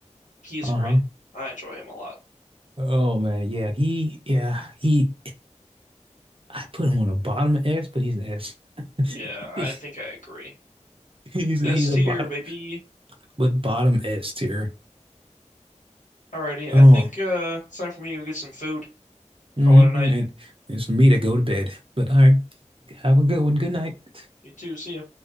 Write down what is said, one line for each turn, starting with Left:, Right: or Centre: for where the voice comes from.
Left: he's
Right: Uh-huh.
Left: great. I enjoy him a lot.
Right: Oh man, yeah. He yeah, he I put him on a bottom S, but he's an S.
Left: Yeah, I
Right: <laughs>
Left: think I agree.
Right: He's he's
Left: S tier,
Right: a bottom,
Left: baby.
Right: but bottom S tier.
Left: Alrighty,
Right: Oh
Left: I think uh it's time for me to go get some food.
Right: hmm
Left: Call it a night.
Right: And it's for me to go to bed. But all right, have a good one. Good night.
Left: You too, see ya.